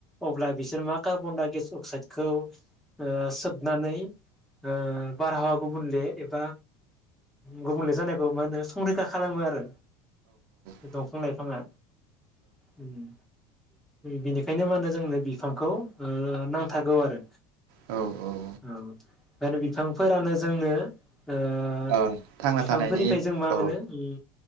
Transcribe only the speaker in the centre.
अब्ला बिसोर मा कारबनडाय गेस अक्साइडखौ ओ सोबनानै ओ बार हावाखौ गुबुंजे एबा गुबुंले जानायखौ मा होनो संरैखा खालामो आरो
दंफां लाइफाङा उम बिनिखायनो मा होनो जोंनो बिफांखौ ओ नांथारागौ आरो
औ बेंखायनो बिफांफोरानो जोंनो ओ
बिफांफोरनिफ्राय
जों मा
मोनो ओम